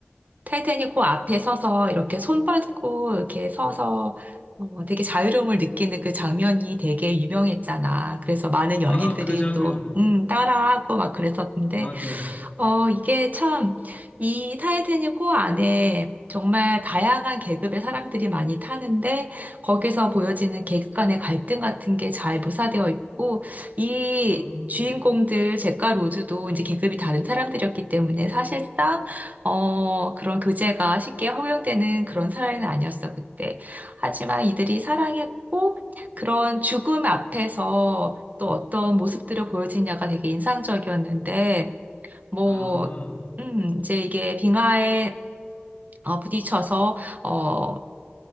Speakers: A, on the right; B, on the left.
A: 타이타닉 호 앞에 서서 이렇게 손 뻗고 이렇게 서서 어, 되게 자유로움을 느끼는 그 장면이 되게 유명했잖아. 그래서 많은
B: 아,
A: 연인들이
B: 그 장면,
A: 또, 음, 따라하고 막 그랬었는데,
B: 맞아.
A: 어, 이게 참, 이 타이타닉 호 안에 정말 다양한 계급의 사람들이 많이 타는데, 거기서 보여지는 계급 간의 갈등 같은 게 잘 묘사되어 있고, 이
B: 음,
A: 주인공들, 잭과 로즈도 이제 계급이 다른 사람들이었기 때문에 사실상, 어, 그런 교제가 쉽게 허용되는 그런 사회는 아니었어, 그때. 하지만 이들이 사랑했고, 그런 죽음 앞에서 또 어떤 모습들을 보여지냐가 되게 인상적이었는데, 뭐,
B: 아,
A: 음, 이제 이게 빙하에 어, 부딪혀서, 어,